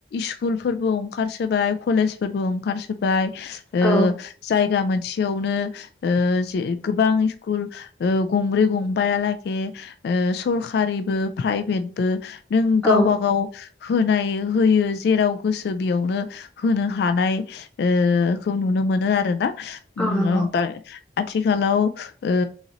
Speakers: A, on the left; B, in the centre.
A: स्कुलफोरबो अंखारसोबाय कलेजफोरबो ओंखारसोबाय ओ
B: औ
A: जायगा मोन सेयावनो जि गोबां स्कुल ओ गंब्रै गं बाया लागि ओ सकारिबो प्राइभेटबो नों गावबा
B: औ
A: गाव होनाय होयो जेराव गोसो बेयावनो होनो हानाय औ खौ नुनो मोनो आरो ना होम
B: औ नंगौ
A: आथिखालाव ओ